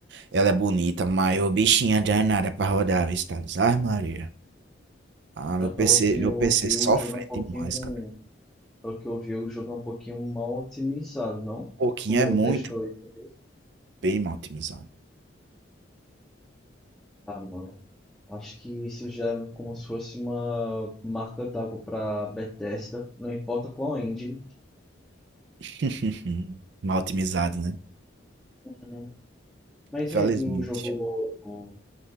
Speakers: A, on the right; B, in the centre.
A: ela é bonita, mas o bichinho é danada pra rodar, viu, Thales? Ai, Maria. Ah,
B: ela
A: meu
B: falou
A: PC,
B: que
A: meu
B: eu
A: PC
B: vi
A: sofre
B: o jogo um pouquinho...
A: demais, cara.
B: Pelo que eu vi, o jogo é um pouquinho mal otimizado, não?
A: Pouquinho
B: Tu
A: é muito
B: testou isso? entendeu?
A: bem mal otimizado.
B: Ah, mano. Acho que isso já é como se fosse uma marca d'água para Bethesda, não importa qual engine.
A: <laughs> Mal otimizado, né?
B: Uhum. Mas
A: Felizmente.
B: e aí, tu jogou o-